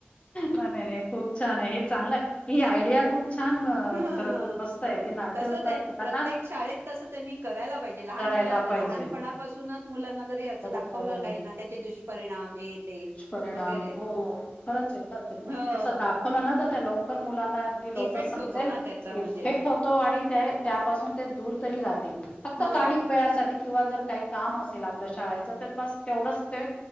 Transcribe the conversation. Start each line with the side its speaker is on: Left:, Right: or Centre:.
Left: नाही नाही खूप छाने, हे चांगलं आहे ही आयडिया खूप छान
Right: हं.
Left: खर तर मस्त आहे की नाट्य
Right: तस
Left: रूपात
Right: त्यां
Left: मुलांना
Right: प्रत्येक शाळेत तस त्यांनी करायला पाहिजे लहान
Left: करायला
Right: मुला
Left: पाहिजे
Right: लहानपणापासूनच मुलांना जर हे असं
Left: हो हो
Right: दाखवलं
Left: हो.
Right: काही ना त्याचे दुष्परिणाम हे ते
Left: दुष्परिणाम
Right: वगैरे
Left: हो खरंचे, खरचे.
Right: हो
Left: तस दाखवलं ना त त्या लवकर मुलांना लवकर
Right: इफेक्ट
Left: समजेल
Right: होतो ना त्याचा म्हणजे
Left: इफेक्ट होतो. आणि ते त्यापासून ते दूर तरी राहतील. फक्त
Right: हो
Left: काही वेळासाठी किंवा जर काही काम असेल, आपल्या शाळेच तर बस तेवढंच ते